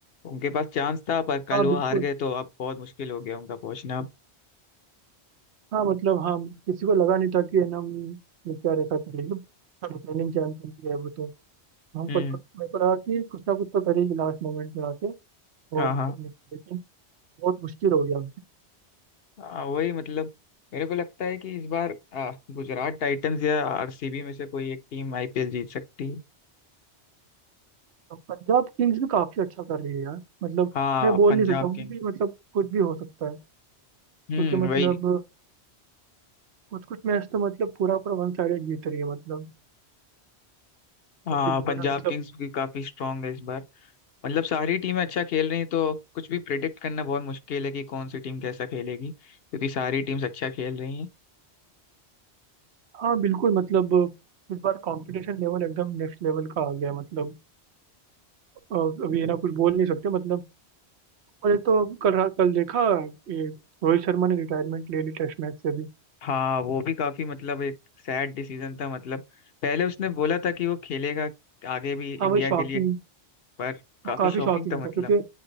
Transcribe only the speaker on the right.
हाँ
बिल्कुल
हाँ मतलब हाँ किसी को लगा नहीं था कि है ना केकेआर ऐसा करेगी रिटर्निंग चैंपियन भी है वो तो हमको
लगा मेरे को लगा कि कुछ ना कुछ तो करेगी लास्ट मोमेंट में आके
और कर
लेगी लेकिन बहुत मुश्किल हो गया
पंजाब किंग्स भी काफी अच्छा कर रही है यार मतलब
मैं बोल
नहीं सकता वो
भी मतलब कुछ भी हो सकता है
क्योंकि मतलब
कुछ कुछ मैच तो मतलब पूरा पूरा वन साइडेड जीत रही है मतलब
जैसे कि
वो ना मतलब
हाँ बिल्कुल मतलब इस बार कंपटीशन लेवल एकदम नेक्स्ट लेवल का आ गया है, मतलब अ, अभी ये ना कुछ बोल नहीं सकते मतलब और एक तो कल रा- कल देखा ये रोहित शर्मा ने रिटायरमेंट ले ली टेस्ट मैच से भी
हाँ वही शॉकिंग
वो काफी
शॉकिंग
था क्योंकि